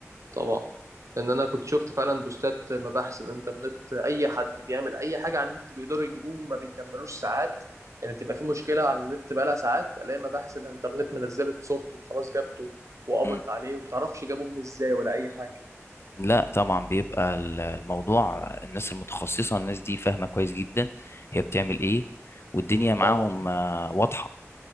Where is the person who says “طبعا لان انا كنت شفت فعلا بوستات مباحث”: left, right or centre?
Right